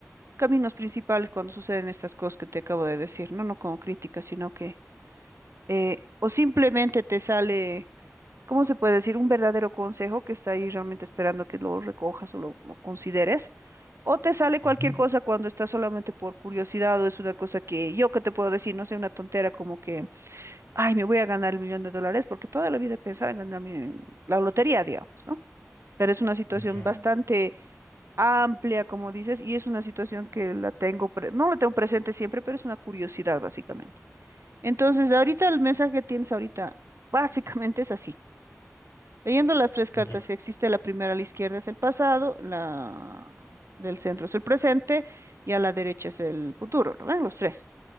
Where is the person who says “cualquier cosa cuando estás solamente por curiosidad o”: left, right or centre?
Right